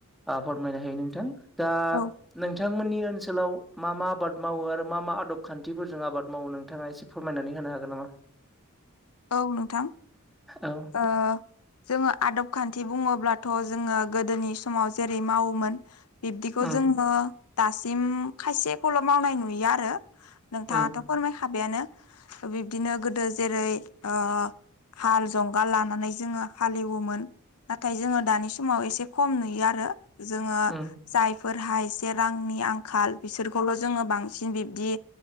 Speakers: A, in the centre; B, on the left (about 85°).
A: फोरमायनो हायो नोंथां दा
B: औ
A: नोंथांमोननि ओनसोलाव मा मा आबाद मावो आरो मा मा आदब खान्थिफोरजों आबाद मावो नोंथाङा एसे फोरमायनानै होनो हागोन नामा?
B: औ नोंथां
A: औ
B: ओ जोङो आदब खान्थि बुङोब्लाथ' जोङो गोदोनि समाव जेरै मावोमोन बिब्दिखौ
A: उम
B: जोङो दासिम खायसेखौल' मावनाय नुयो आरो। नोंथाङाथ'
A: उम
B: फोरमायखाबायानो बिब्दिनो गोदो जेरै ओ हाल जंगाल लानानै जोङो हाल एवोमोन नाथाय जोङो दानि समाव एसे खम नुयो आरो जोङो
A: उम
B: जायफोरहा एसे रांनि आंखाल बिसोरखौल' जोङो बांसिन बिब्दि